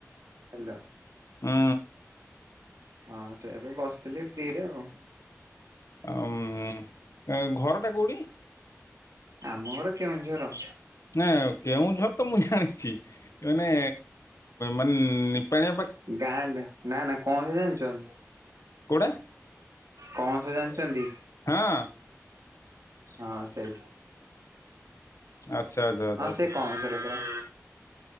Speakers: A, on the right; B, on the left.
A: ହ୍ୟାଲୋ।
B: ଉଁ।
A: ହଁ ସେ ଏବେ ବସିଥିଲି ଫ୍ରି ରେ ଆଉ।
B: ଅ ମ୍ ଘରଟା କୋଉଁଠି?
A: ଆମ ଘର କେଉଁଝର।
B: ନା କେଉଁଝର ତ ମୁଁ ଜାଣିଛି ମାନେ ମାନେ ନିପାଣିବା
A: ଗାଁ ନାଁ ନା କଣ ଜାଣିଚନ୍‌?
B: କୋଉଟା
A: କଣ ସେ ଜାଣିଛନ୍ତି?
B: ହଁ।
A: ହଁ ସେଇ
B: ଆଚ୍ଛା ଆଚ୍ଛା। ଆଚ୍ଛା
A: ହଁ
B: ଆଚ୍ଛା
A: ସେ କଣ କଁସରପରା।